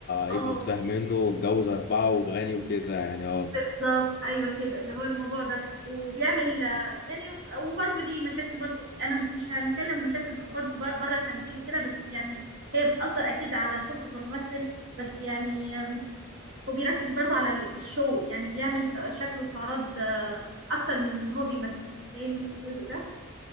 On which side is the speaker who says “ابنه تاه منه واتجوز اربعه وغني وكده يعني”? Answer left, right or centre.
Left